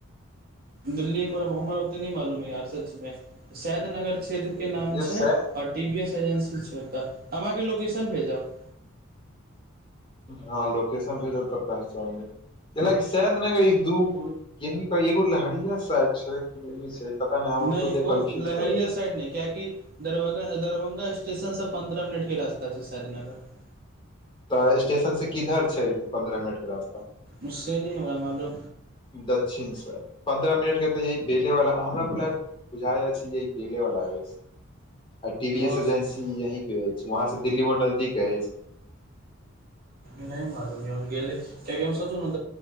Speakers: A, on the right; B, on the left.
A: दिल्लीमे हमरा ओतेक नहि मालूम हइ यार सचमे सैद नगर क्षेत्रके नाम
B: यौ
A: छै
B: सै
A: आओर टी वी एस एजेन्सी छै तऽ हम अहाँके लोकेशन भेजब
B: हँ लोकेशन भे जब तक पहुँचाएंगेाकि सैद नगर एक दू एगो लहेरिया साराय छै पता हम
A: नहि
B: खुदे
A: ओ
B: कन्फ्यूज
A: लहरिया
B: करल अछि
A: साराय नहि क्य क दरभा दरभङंगग स्टेशन से पन्द्रह मिनट के रास्ता छै शायद नगर
B: तऽ स्टेशन से किधर छै पन्द्रह मिनट के रास्ता
A: उसँ नहि हमरा मालू
B: दच्षिण पन्द्रह मिनट के तऽ यही बेले वला हमरा बुझाइए बुझाय य छै यह गेले वाला है आ टी वी
A: भऽ
B: एस एजेंसी
A: सकै
B: यहीं प रअछि वहं से दिल्ली मे नजदीक अछि
A: नहि मालु गेल छी तऽसोचलहुन